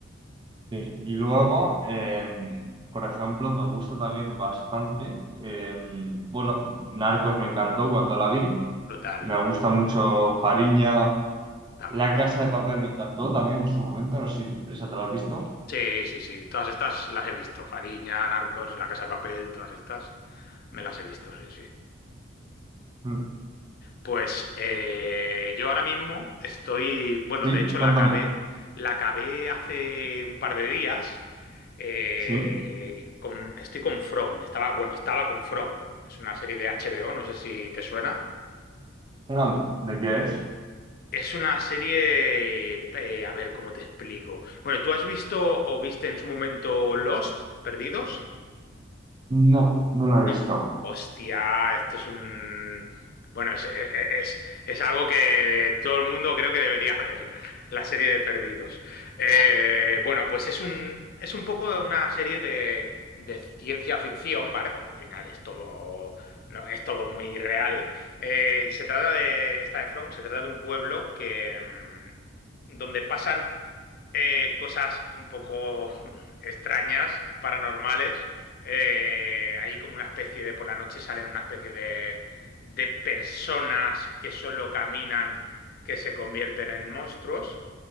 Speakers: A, on the right (about 25°); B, on the left (about 50°).
A: Sí, y luego, em, por ejemplo, me gusta también bastante. em, bueno, Narcos me encantó cuando la vi.
B: Brutal,
A: Me gusta mucho Fariña.
B: también
A: La Casa
B: es.
A: de Papel me encantó también en su momento, no sé si esa te la has visto.
B: Sí, sí, sí. Todas estas las he visto. Fariña, Narcos, La Casa de Papel, todas estas me las he visto, sí, sí.
A: Mm.
B: Pues eh, yo ahora mismo estoy, bueno,
A: Sí,
B: de hecho
A: cuéntame.
B: la acabé, la acabé hace un par de días. eh,
A: Sí.
B: con- estoy con From. Estaba, bueno, estaba con From. Es una serie de HBO, no sé si te suena.
A: Perdón, ¿de qué es?
B: Es una serie, eh, a ver cómo te explico. Bueno, ¿tú has visto o viste en su momento Lost, Perdidos?
A: No, no la he
B: No.
A: visto.
B: Hostia, esto es un... Bueno, es, e, e, es- es algo que todo el mundo creo que debería <laughs> ver, la serie de Perdidos. Eh, bueno, pues es un, es un poco una serie de, de ciencia ficción, ¿vale? Porque al final es todo, no, es todo muy real. Eh, y se trata de, esta de From, se trata de un pueblo que, mm, donde pasan eh, cosas un poco <laughs> extrañas, paranormales. Eh, hay como una especie de, por la noche salen una especie de, de personas que solo caminan, que se convierten en monstruos